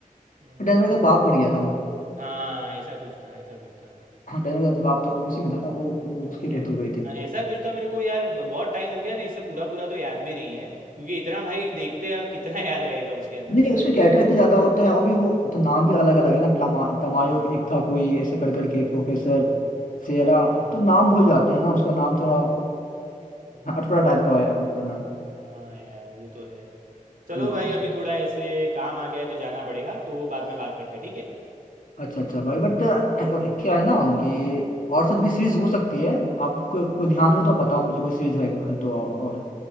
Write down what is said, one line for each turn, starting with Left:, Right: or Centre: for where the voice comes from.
Right: हम्म,
Left: डेनवर का बाप मर गया था
Right: हाँ ऐसा कुछ था ऐसा कुछ था
Left: हाँ डेनवर का जो बाप था वो भी उसी में था ना वो, वो उसकी
Right: हाँ
Left: डेथ हो गई थी
Right: हाँ ऐसा कुछ था मेरे को यार ब- बहुत टाइम हो गया ना इससे पूरा पूरा तो याद भी नहीं है क्योंकि इतना भाई देखते हैं अब कितना याद रहेगा उसके अंदर
Left: नहीं उसमें कैरेक्टर इतने ज्यादा होते हैं और भी वो तो नाम भी अलग अलग है ना तमा, तमायो
Right: हाँ
Left: एक था कोई ऐसे कर करके प्रोफेसर सेरा
Right: हाँ
Left: तो नाम भूल जाते हैं ना उसका नाम थोड़ा
Right: हम्म,
Left: हाँ, अटपटा टाइप का है उनका नाम
Right: हाँ यार वो तो है चलो
Left: हम्म
Right: भाई अभी थोड़ा ऐसे काम आ गया है तो जाना पड़ेगा तो बाद में बात करते हैं ठीक है
Left: अच्छा अच्छा भाई बट क्या है ना कि और सब भी सीरीज हो सकती है आपको कोई ध्यान में तो आप बताओ मुझे कोई सीरीज है, है तो और